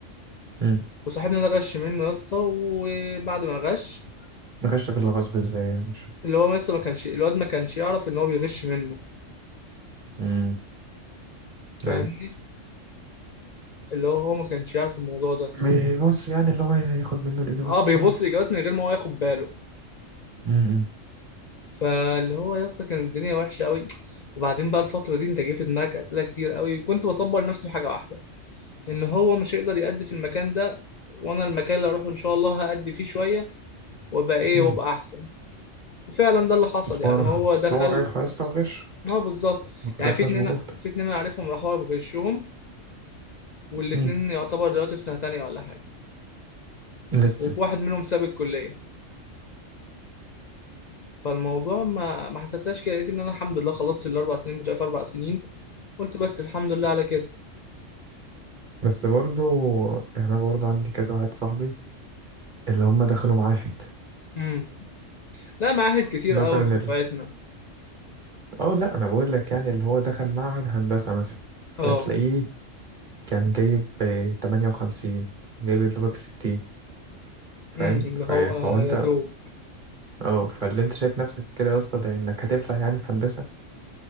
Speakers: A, on the right; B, on the left.
A: امم
B: وصاحبنا ده غش منه يا اسطى وبعد ما غش
A: غش في الغصب ازاي يعني مش فاهم
B: اللي هو لسه ما كانش الواد ما كانش يعرف ان هو بيغش منه
A: امم
B: فاهمني
A: ايوه
B: اللي هو هو ما كانش يعرف الموضوع ده
A: م- بص يعني اللي هو ياخد منه الاجابات
B: اه بيبص
A: وخلاص
B: الاجابات من غير ما هو ياخد باله
A: امم
B: فاللي هو يا اسطى كانت الدنيا وحشه قوي وبعدين بقى الفتره دي انت جه في دماغك اسئله كتير قوي كنت بصبر نفسي بحاجه واحده ان هو مش هيقدر يأدي في المكان ده وانا المكان اللي اروحه ان شاء الله هأدي فيه شويه وابقى ايه
A: امم
B: وابقى احسن وفعلا ده اللي حصل
A: اصل
B: يعني
A: هو راح-
B: هو
A: أصل
B: دخل
A: هو رايح يا اسطى الغش
B: اه بالظبط يعني
A: رايح
B: في اتنين
A: مش بجهد
B: في اتنين انا عارفهم راحوا بغشهم والاتنين
A: امم
B: يعتبر دلوقتي في سنه تانية ولا حاجه
A: لسه
B: وفي واحد منهم ساب الكليه فالموضوع ما ما حسبتهاش كده لقيت ان انا الحمد لله خلصت الاربع سنين بتوعي في اربع سنين قلت بس الحمد لله على كده
A: بس برضو يعني انا برضو عندي كذا واحد صاحبي اللي هم دخلوا معاهد
B: امم لا معاهد كتير
A: مثلا
B: قوي في دفعتنا
A: ال... اه لا انا بقول لك يعني اللي هو دخل معهد هندسة مثلا فتلاقيه
B: اه
A: كان جايب تمانية وخمسين جايب يا دوبك ستين فاهم
B: امم اللي هو
A: ف... فهو انت
B: يا دوب
A: اه فاللي انت شايف نفسك كده يا اسطى ده انك هتفلح يعني في هندسة